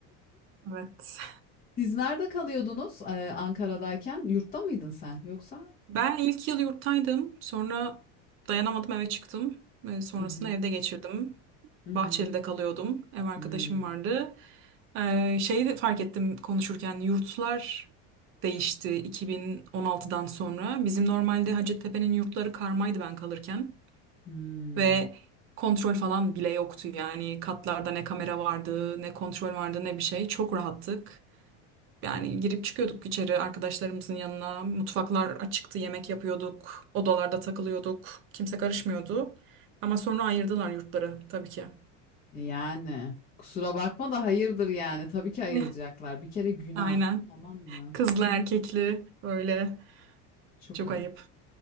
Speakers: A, on the right; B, on the left.
A: Evet.
B: Siz nerede kalıyordunuz e, Ankara'dayken? Yurtta mıydın sen yoksa?
A: Ben ilk yıl yurttaydım. Sonra dayanamadım eve çıktım. Ee, sonrasında
B: Hı hı.
A: evde geçirdim.
B: Hı hı.
A: Bahçeli'de kalıyordum. Ev arkadaşım
B: Hımm.
A: vardı. Ee, şeyi de fark ettim konuşurken yurtlar değişti 2016'dan sonra. Bizim normalde Hacettepe'nin yurtları karmaydı ben kalırken.
B: Hımm.
A: Ve kontrol falan bile yoktu yani. Katlarda ne kamera vardı, ne kontrol vardı, ne bir şey. Çok rahattık. Yani girip çıkıyorduk içeri arkadaşlarımızın yanına. Mutfaklar açıktı, yemek yapıyorduk. Odalarda takılıyorduk. Kimse karışmıyordu. Ama sonra ayırdılar yurtları tabii ki.
B: Yani, kusura bakma da hayırdır yani. Tabii ki ayıracaklar.
A: Eh,
B: Bir kere günah,
A: Aynen.
B: tamam mı?
A: Kızlı erkekli öyle.
B: Çok
A: Çok
B: ayıp.
A: ayıp.